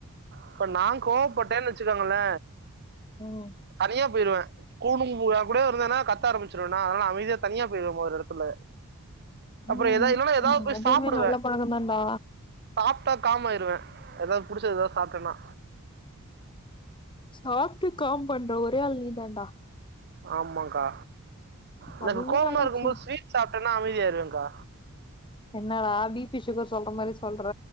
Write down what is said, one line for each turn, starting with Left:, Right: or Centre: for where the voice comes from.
Right: இப்ப நான் கோவப்பட்டேன் வச்சுக்கங்கள
Left: ம்
Right: தனியா போய்டுவ கோமதிங்கூட என் கூடவே இருந்ததுன்னா கத்த ஆரம்பிச்சிருவ நா அதனால அமைதியா தனியா போயிடுவ ஒரு எடத்துல அப்புறோ
Left: ம்
Right: எதாவ் இன்னொன்னு எதாவ்
Left: ம்
Right: போய்
Left: அதுவுமே
Right: சாப்புடுவ
Left: நல்ல பழக்கந்தான்டா
Right: சாப்ட்டா காமாயிருவ எதாவ் புடிச்சது எதாவ் சாப்ட்டன்னா
Left: சாப்ட்டு காம் பண்ற ஒரே ஆள் நீ தான்டா
Right: ஆமாங் கா எனக்கு
Left: அதுவுமே
Right: கோவமா
Left: நல்ல
Right: இருக்கும்போது
Left: விஷயந்தா
Right: ஸ்வீட் சாப்ட்டனா அமைதிய ஆய்டுவங்க்கா
Left: என்னடா பி பி சுகர் சொல்ற மாரி சொல்ற